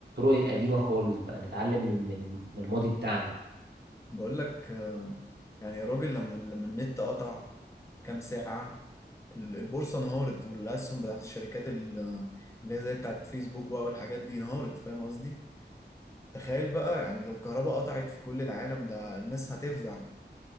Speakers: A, on the right (about 65°); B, on the left (about 15°).
A: القديمة خالص بقى نتعلم من من من الماضي بتاعنا
B: بقول لك آه، يعني يا راجل لما لما النت قطع كام ساعه ال- البورصه انهارت والاسهم بتاعت الشركات ال- اللي هي زي بتاعت فيسبوك بقى والحاجات دي انهارت فاهم قصدي تخيل بقى يعني لو الكهرباء قطعت في كل العالم ده الناس هتفزع